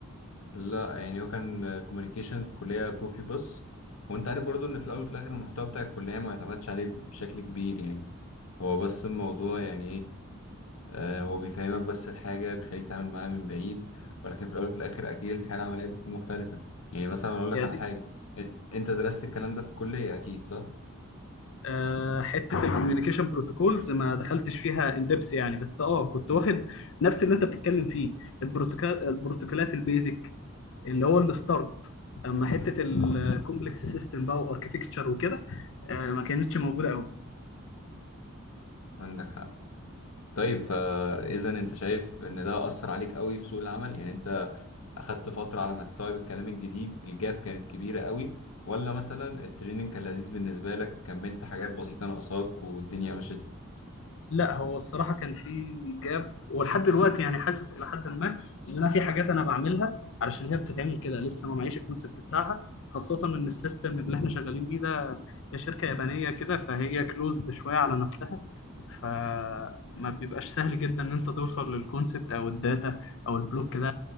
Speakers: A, on the left; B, on the left.
A: لا يعني هو كان كوميونيكيشن في الكلية بروفي بس وانت عارف برضو ان في الاول وفي الاخر المحتوى بتاع الكلية ما يعتمدش عليه بشكل كبير يعني هو بس الموضوع يعني ايه آه هو بيفهمك بس الحاجة بيخليك تعمل معاها من بعيد ولكن في الاول وفي الاخر اكيد الحياة العملية بتكون مختلفة يعني مثلا اقول
B: هي
A: لك على
B: دي
A: حاجة إن- انت درست الكلام ده في الكلية اكيد صح؟
B: آه، حته الكوميونيكيشن بروتوكولز ما دخلتش فيها اندبس يعني بس اه كنت واخد نفس اللي انت بتتكلم فيه البروتوكول البروتوكولات البيزك اللي هو الستارت اما حته الكومبلكس سيستم بقى واركتكتشر وكده آه، ما كانتش موجوده قوي
A: عندك حق طيب فاذا انت شايف ان ده اثر عليك قوي في سوق العمل يعني انت اخدت فتره على ما تستوعب الكلام الجديد الجاب كانت كبيره قوي ولا مثلا التريننج كان لذيذ بالنسبه لك كملت حاجات بسيطه ناقصاك والدنيا مشت
B: لا هو الصراحه كان في جاب ولحد دلوقتي يعني حاسس الى حد ما ان انا في حاجات انا بعملها علشان هي بتتعمل كده لسه ما معيش الكونسبت بتاعها خاصه ان السيستم اللي احنا شغالين بيه ده هي شركه يابانيه كده فهي كلوزد شويه على نفسها فما بيبقاش سهل جدا ان انت توصل للكونسبت او الداتا او البلوك ده